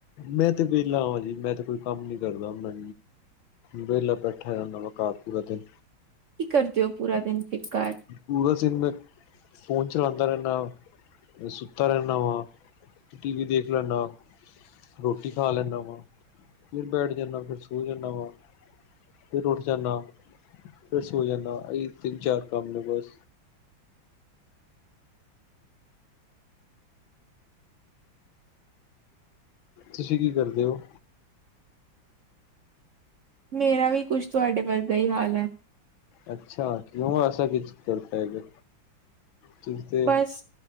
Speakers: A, on the left (about 80°); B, on the right (about 65°).
A: ਮੈਂ ਤੇ ਵਿਹਲਾ ਜੀ, ਮੈਂ ਤੇ ਕੋਈ ਕੰਮ ਨੀ ਕਰਦਾ ਮੈਂ ਵਿਹਲਾ ਬੈਠਾ ਰਹਿੰਦਾ ਵਾ ਘਰ ਪੂਰਾ ਦਿਨ।
B: ਕੀ ਕਰਦੇ ਹੋ ਪੂਰਾ ਦਿਨ? ਫਿਰ ਘਰ
A: ਪੂਰਾ ਦਿਨ ਮੈਂ ਫੋਨ ਚਲਾਉਂਦਾ ਰਹਿੰ ਸੁੱਤਾ ਰਹਿੰਦਾ ਵਾਂ, ਟੀ ਵੀ ਦੇਖ ਲੈਣਾ, ਰੋਟੀ ਖਾ ਲੈਣਾ ਵਾਂ ਫਿਰ ਬੈਠ ਜਾਂਦਾ, ਫਿਰ ਸੋ ਜਾਂਦਾ ਵਾਂ, ਫਿਰ ਉੱਠ ਜਾਣਾ, ਫਿਰ ਸੋ ਜਾਣਾ ਵ ਅਹੀ ਤਿੰਨ ਚਾਰ ਕੰਮ ਨੇ ਬਸ ਤੁਸੀਂ ਕੀ ਕਰਦੇ ਹੋ?
B: ਮੇਰਾ ਵੀ ਕੁੱਝ ਤੁਹਾਡੇ ਵਰਗਾ ਹੀ ਹਾਲ ਹੈ।
A: ਅੱਛਾ, ਕਿਉਂ ਐਸਾ ਕੀ ਕਰਤਾ ਹੈਗਾ। ਤੁਸੀਂ ਤੇ
B: ਬਸ,